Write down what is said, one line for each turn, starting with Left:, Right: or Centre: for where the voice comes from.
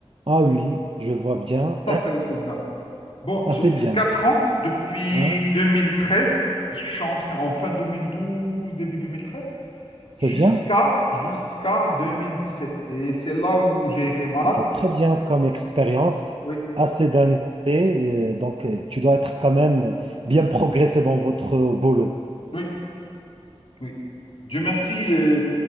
Right: Ah oui, je vois bien.
Left: Ça, c'est la sauvegarde. Bon,
Right: Ah,
Left: j'ai
Right: c'est
Left: fait
Right: bien.
Left: 4 ans depuis
Right: Hein?
Left: 2013, parce que je suis entré en fin 2012, début 2013,
Right: C'est
Left: jusqu'à
Right: bien.
Left: jusqu'à 2017. Et c'est là où j'ai été malade.
Right: Ah, c'est très bien comme expérience.
Left: Oui,
Right: Assez d'années. euh, donc, euh, tu dois être quand même bien progressé dans votre boulot.
Left: oui, oui. Dieu merci, euh,